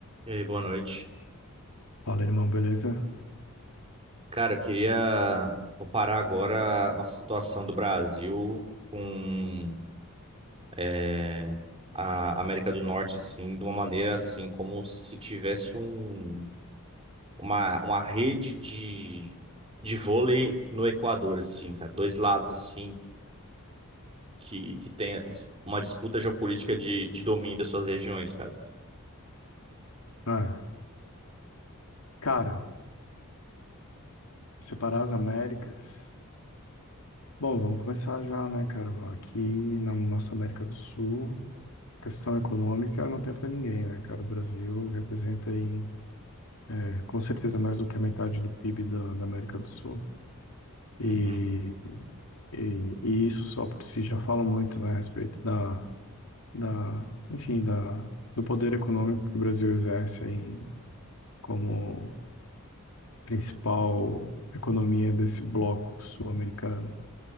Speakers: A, on the right; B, on the left.
A: E aí, boa noite.
B: Fala, irmão, beleza?
A: Cara, eu queria comparar agora a nossa situação do Brasil com é, a América do Norte, assim, de uma maneira assim, como se tivesse um, uma, uma rede de, de vôlei no Equador, assim, cara. Dois lados, assim, que, que tem a dis- uma disputa geopolítica de, de domínio das suas regiões, cara.
B: Ah, cara, separar as Américas. Bom, vamos começar já, né, cara? Aqui na nossa América do Sul, a questão econômica não tem pra ninguém, né, cara? O Brasil representa aí, é, com certeza, mais do que a metade do PIB da, da América do Sul. E,
A: Uhum.
B: e, e isso só por si já fala muito, né, a respeito da, da, enfim, da, do poder econômico que o Brasil exerce aí como principal economia desse bloco sul-americano.